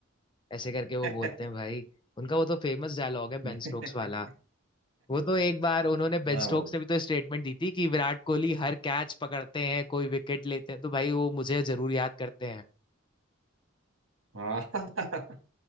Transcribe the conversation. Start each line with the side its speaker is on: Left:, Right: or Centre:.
Left: ऐसे करके वो
Right: <laughs>
Left: बोलते हैं भाई उनका वो तो फेमस डायलॉग है
Right: हाँ
Left: बेन स्टोक्स वाला वो तो एक बार उन्होंने
Right: भाई
Left: बेन स्टोक्स ने भी तो स्टेटमेंट दी थी कि विराट कोहली हर कैच पकड़ते हैं कोई विकेट लेते हैं तो भाई वो मुझे जरूर याद करते हैं
Right: हाँ <laughs>